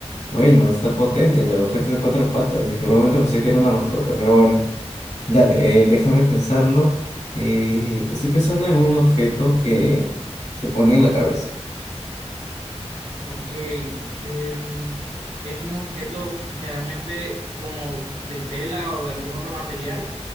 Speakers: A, on the left (about 85°); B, on the right (about 70°).
A: bueno, está potente el objeto de cuatro patas. Dije, por un momento pensé que era una mascota, pero bueno, dale, eh, déjame pensarlo. Eh, estoy pensando en un objeto que se pone en la cabeza.
B: Ok. em, es un objeto generalmente como de tela o de algún otro material.